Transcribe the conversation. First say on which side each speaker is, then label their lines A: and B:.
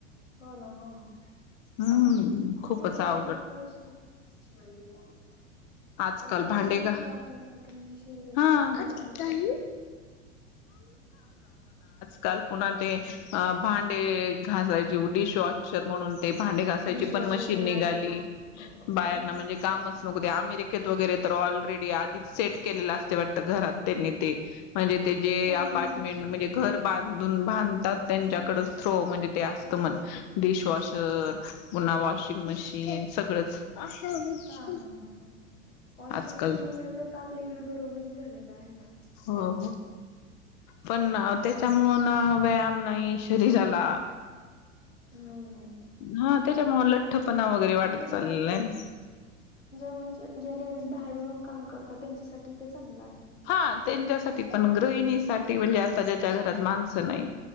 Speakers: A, on the left; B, on the left.
A: हो ना, हो ना,
B: हम्म
A: खूप
B: खूपच
A: म्हणजे
B: अवघड
A: इलेक्ट्रिक वस्तू खूप आलेल्या आहेत
B: आजकाल
A: पण त्या
B: भांडे
A: काही
B: का
A: वस्तू आपल्या म्हणजे शरीरासाठी
B: हा
A: हानिकारक
B: काही
A: आहेत.
B: काल पुन्हा ते अ भांडे घासायचे. ज डिश वॉशर म्हणून ते भांडे घासायची
A: डिशवॉशर
B: पण मशीन निघाली
A: आलेला आहे हो हो. हो
B: बायांना म्हणजे काम अमेरिकेत वगैरे तर ऑलरेडी आधीच सेट केलेला असते वाटत घरात त्यांनी ते म्हणजे ते जे अपार्टमेंट
A: ना हो. ना.
B: म्हणजे घर ब बांधतात त्यांच्याकडच थ्रो म्हणजे ते अस मण डिशवॉशर पुन्हा वॉशिंग मशीन सगळंच <unintelligible>
A: हा हा हा हा वॉशिंग
B: आजकाल
A: मशीन वगैरे तापले घरोघरी झालेल्या आहेत.
B: हो हो, पण त्याच्यामुळं व्यायाम नाही शरीराला.
A: नाही नाही.
B: हा त्याच्यामुळे लठ्ठपणा वगैरे वाढत
A: पण ते बाहेर
B: चालला आहे ना
A: जे म्हणजे ज्या लेडीज बाहेर जाऊन काम करतात त्यांच्यासाठी ते चांगलं आहे.
B: हा त्यांच्यासाठी पण गृहिणीसाठी म्हणजे, आता ज्याच्या घरात माणसं नाही